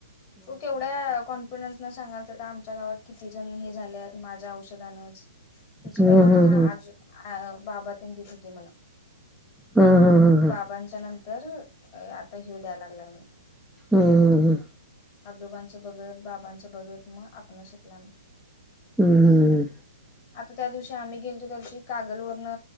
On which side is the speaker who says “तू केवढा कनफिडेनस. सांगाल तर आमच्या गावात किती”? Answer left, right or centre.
Left